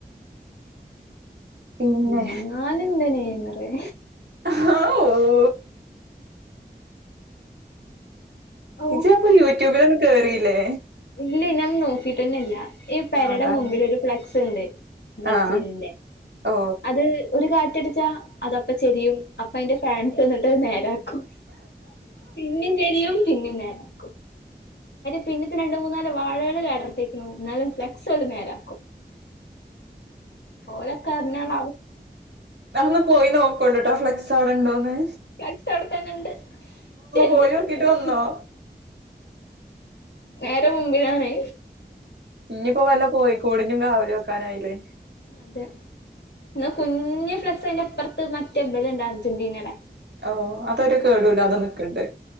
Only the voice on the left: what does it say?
ന്നാലുൻ്റെ നെയ്മറെ
ഔ
ഇല്ലെ ഞാൻ നോക്കിട്ടന്നല്ല ഈ പരടെ
മുമ്പിൽ ഒരു ഫ്ലെക്സ് ഉണ്ട്. ബ്രസീലിന്റെ-
അത് ഒരു കാറ്റടിച്ചാ അതപ്പ ചെരിയും അപ്പ അതിന്റെ ഫാൻസ് എന്നിട്ട്ത് നേരാക്കും- പിണിം തിരിയും പിന്നി നേരാക്കും- പിന്നിട് രണ്ട് മൂ നാല് വഴകൾ കടർത്തിക്കുണു ന്നാലും ഫ്ലക്സ ഓല് നേരാക്കും. ഓലക്കർറഞ്ഞാള
ഫക്സ് അവിടെത്തന്നെ ഉണ്ട് ചെരിഞ്ഞിട്ടന്ന
നേര മുമ്പിലാണേ.
അതെ ന്നാ കുഞ്ഞു ഫ്ലക്സ് അതിൻ്റെപ്പർത്ത് മറ്റേ ഇവിടെയുണ്ടായിരുന്നു അർജന്റീനയുടെ